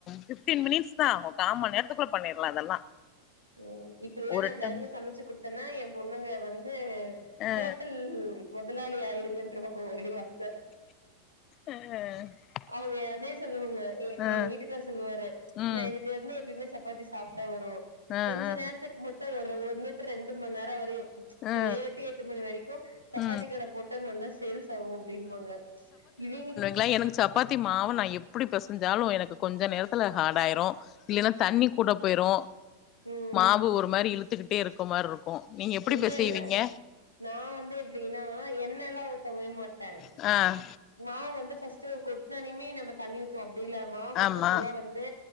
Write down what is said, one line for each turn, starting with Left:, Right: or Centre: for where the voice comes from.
Left: ஃபிப்டீன் மினிட்ஸ் தா கா மண் நேரத்துக்குள்ள பண்ணிடலா அதெல்லா
Right: ம் இப்புல்லா
Left: ஒரு
Right: நா தெனமு
Left: டம்
Right: சமச்சு குடுத்தேன்னா ஏ பொண்ணுங்க வந்து
Left: ஆ
Right: ஹோட்டல் மொதலாளி ஆயிருங்கன்றவங்க ஒரே வார்த்த
Left: ஆ
Right: அவுங்க அதே சொல்லுவாங்க ஏ
Left: ஆ
Right: ஏ வீட்டுக்காரு சொல்லுவாரு
Left: ம்
Right: நா எனக்கு வந்து எப்பேமே சப்பாத்தி சாப்ட்டா வரு
Left: ஆ
Right: கொஞ்ச
Left: ஆ
Right: நேரத்துக்கு மட்டு ஒரு ஒருன்னூட்டு ரெண்டு மண் நேரோ ஆகுது இப்ப
Left: ஆ
Right: ஏழு டூ எட்டு மணி வெரைக்கு சப்பாத்தி
Left: ம்
Right: கட போட்ட நல்லா சேல்ஸ் ஆகு அப்டின்னுபாங்க இவிங்
Left: லா எனக்கு சாப் பாத்தி மாவ நா எப்புடி பெசஞ்சாலு எனக்கு கொஞ்ச நேரத்துல ஹார்டாயிரு இல்லன்னா தண்ணி கூட போயிரும்
Right: ம்
Left: மாவு ஒரு மாரி இழுத்துக்கிட்டே இருக்க மாரி இருக்கு நீங்க எப்டி
Right: இல்ல
Left: பெசயரிங்க
Right: இல்ல நா வந்து எப்டின்னா எண்ணல்லாம் ஊத்தவே மாட்ட
Left: அ
Right: மாவு வந்து ஃபஸ்ட்டு கொட்னனயுமே நம்ம தண்ணி ஊத்தோம் அப்டி இல்ல மாவு ஃபர்ஸ்ட்டு
Left: ஆமா
Right: ஃபுல்லா வந்து